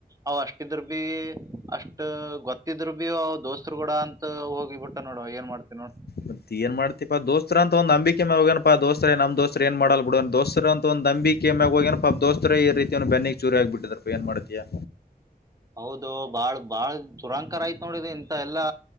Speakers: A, on the right; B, on the left.
A: ಅವ್ ಅಷ್ಟಿದರು ಬಿೀ ಅಷ್ಟ ಗೊತ್ತಿದ್ರು ಭೀ ಅವ ದೋಸ್ತ್ರು ಕೂಡ ಅಂತ ಹೋಗಿಬಿಟ್ಟ ನೋಡ ಏನ್ ಮಾಡ್ತವಿ ನೋಡ
B: ಮತ್ತ ಏನ್ ಮಾಡ್ತಿಪಾ ದೋಸ್ತ ಅಂತ ಒಂದ ಅಂಬಿಕೆ ಹೋಗಣಪ್ಪಾ ದೋಸ್ರ ನಮ್ಮ ದೋಸ್ರ ಏನ್ ಮಾಡಲ್ ಬಿಡ ದೋಸ್ರ ಅಂತ ಒಂದ ನಂಬಿ ಬಿ ಕೆಮ್ಯಾಗ ಹೋಗೇನಪ್ಪಾ ದೋಸ್ತರ ಈ ರೀತಿ ಬೆನ್ನಿಗ್ ಚೂರಿ ಆಗ್ಬಟ್ಟಿದಾರಪ್ಪ ಏನ್ ಮಾಡ್ತಿಯಾ
A: ಹೌದು ಬಾಳ್ ಬಾಳ್ ಚುರಾಂಕಾರ ಆಯ್ತು ನೋಡಿದ ಇಂತ ಎಲ್ಲಾ